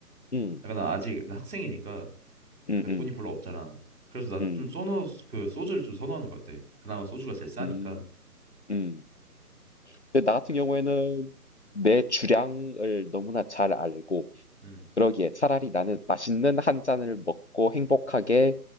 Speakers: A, on the left; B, on the right.
A: 음,
B: 약간 난 아직 나 학생이니까
A: 음,
B: 약간
A: 음,
B: 돈이 별로 없잖아. 그래서 난
A: 음,
B: 좀 선호 그 소주를 좀 선호하는 것 같아. 그나마 소주가 제일 싸니까.
A: 음, 음. 근데 나 같은 경우에는 내 주량을 너무나 잘 알고,
B: 음,
A: 그러기에 차라리 나는 맛있는 한 잔을 먹고 행복하게